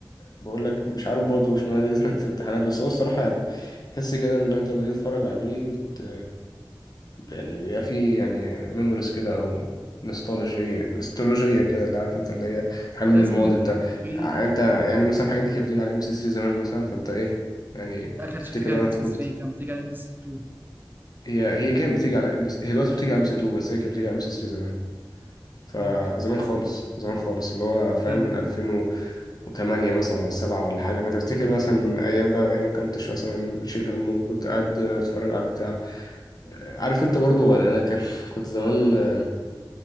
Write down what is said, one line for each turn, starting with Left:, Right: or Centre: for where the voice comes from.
Left: بقول لك مش عارف برضه مش معنى دي زنقة الامتحانات بس هو الصراحة يعني تحس كده ان انت لما تيجي تتفرج عليه بت يعني بيبقى فيه يعني ميموريز كده او نوستالجية نوستالجية كده اللي عارف انت اللي هي حنين
Right: ولازم
Left: للماضي
Right: يكون
Left: انت
Right: في
Left: يعني انت يعني مثلا الحاجات دي كانت بتيجي على ام سي 3 زمان مثلا فانت ايه يعني
Right: لا كانتش
Left: تفتكر
Right: بتيجي
Left: بقى
Right: على ام
Left: انت
Right: بي سي
Left: كنت
Right: 3 كانت بتيجي على ام بي سي 2
Left: هي هي كانت بتيجي على ام بي سي، هي دلوقتي بتيجي على ام سي 2 بس هي كانت بتيجي على ام سي 3 فزمان
Right: ممكن
Left: خالص زمان خالص اللي هو فاهم
Right: امم
Left: من 2008 مثلا ولا 7 ولا حاجة فتفتكر مثلا أيام بقى إيه ما كنتش مثلا بتشيل هم وكنت قاعد أتفرج على البتاع عارف أنت برضو أنا أنا كان <laughs> كنت زمان آه،